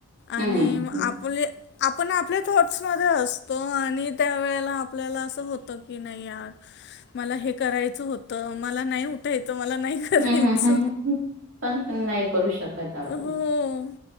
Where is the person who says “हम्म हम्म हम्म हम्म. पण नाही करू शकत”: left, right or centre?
Right